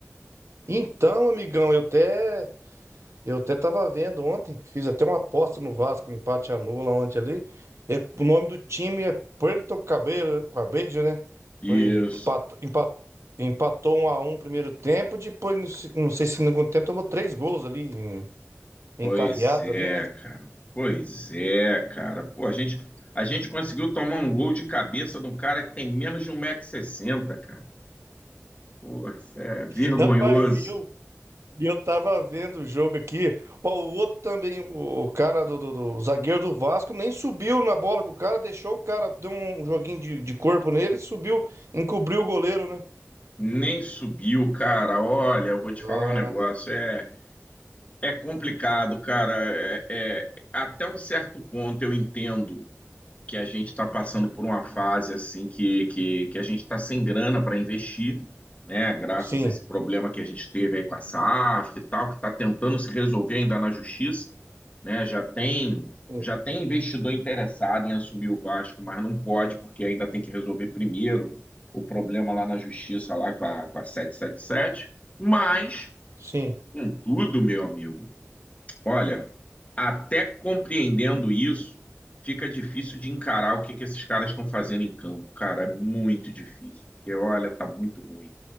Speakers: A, on the right (about 70°); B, on the left (about 30°).
A: Então, amigão, eu até eu até tava vendo ontem, fiz até uma aposta no Vasco, um empate anula ontem ali. É, o nome do time é Puerto Cabello, Cabello, né?
B: Isso.
A: Foi empata- empa- empatou um a um primeiro tempo, depois não sei não sei se no segundo tempo tomou três gols ali em- encarreado
B: Pois é,
A: ali, né?
B: cara. Pois é, cara. Pô, a gente, a gente conseguiu tomar um gol de cabeça de um cara que tem menos de um 160 sessenta, cara. Pô, isso é vergonhoso.
A: <laughs> Rapaz, e eu E eu tava vendo o jogo aqui. Ó, o outro também, o, o cara do, do- do- o zagueiro do Vasco, nem subiu na bola com o cara, deixou o cara, deu um joguinho de, de corpo nele e subiu, encobriu o goleiro, né?
B: Nem subiu, cara. Olha, eu vou te
A: Ah,
B: falar um negócio. É, é complicado, cara. É, é- até um certo ponto eu entendo que a gente está passando por uma fase assim que, que, que a gente está sem grana para investir, né? Graças
A: Sim,
B: a esse problema que a gente teve aí com a SAF e tal, que está tentando se resolver ainda na justiça, né? Já tem
A: sim.
B: já tem investidor interessado em assumir o Vasco, mas não pode porque ainda tem que resolver primeiro o problema lá na justiça lá com a, com a 777. Mas,
A: sim.
B: contudo, meu amigo, Olha, até compreendendo isso, fica difícil de encarar o que que esses caras estão fazendo em campo. Cara, é muito difícil. Porque, olha, tá muito ruim.